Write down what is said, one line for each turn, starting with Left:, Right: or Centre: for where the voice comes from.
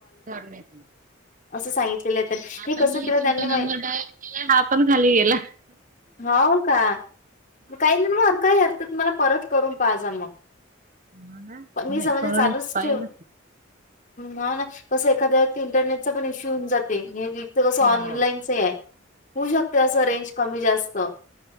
Right: धरणे ते...
Left: सांगितलेलं आहे त्यांनी
Right: आता
Left: हे कसं
Right: मी
Left: केलं
Right: तुमचा
Left: त्यांनी मा
Right: नंबर डायल केला हा पण खाली गेला...
Left: हो का काही नि म अर काही अर्थ तुमला परत करून पाहाज मग....
Right: हो
Left: प मी
Right: नाही
Left: समजे
Right: करून
Left: चालूच
Right: पाहिन
Left: ठेव् ह ना कसं एखाद्या... इंटरनेटचा पण इश्यू होऊन जाते हे वच कसं
Right: हो
Left: ऑनलाईनच आहे... होऊ शकते असं रेंज कमी जास्त...